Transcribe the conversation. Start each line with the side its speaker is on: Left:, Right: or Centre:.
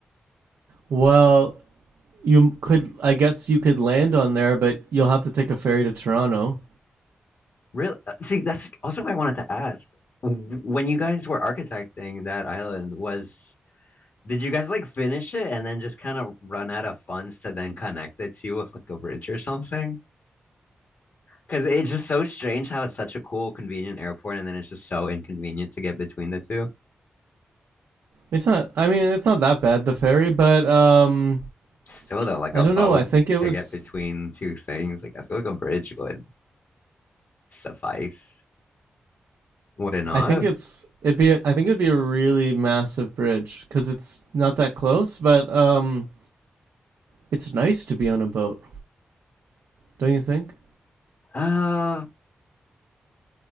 Right: Well, you could, I guess you could land on there, but you'll have to take a ferry to Toronto.
Left: Really? uh, See, that's also what I wanted to ask. When you guys were architecting that island, was did you guys like finish it and then just kind of run out of funds to then connect it to with like a bridge or something? Because it's just so strange how it's such a cool, convenient airport, and then it's just so inconvenient to get between the two.
Right: It's not. I mean, it's not that bad the ferry, but um,
Left: Still though, like
Right: I
Left: a
Right: don't
Left: boat
Right: know. I think it
Left: to
Right: was.
Left: get between two things, like I feel like a bridge would. suffice, would it not?
Right: I think it's. It'd be. I think it'd be a really massive bridge because it's not that close. But um, it's nice to be on a boat, don't you think?
Left: Uh,